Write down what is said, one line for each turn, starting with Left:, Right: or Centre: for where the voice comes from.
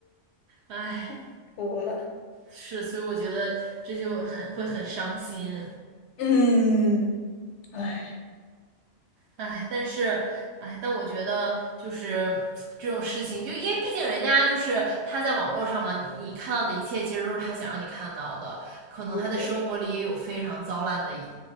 Right: 哎，
Left: <laughs> 服了。
Right: 是，所以我觉得这就很会很伤心。
Left: 嗯，唉，
Right: 哎，但是，哎，但我觉得就是这种事情，就因为毕竟人家就是他在网络上嘛，你你看到的一切其实都是他想让你看到的，可能他在生活里也有非常糟烂的一
Left: 对，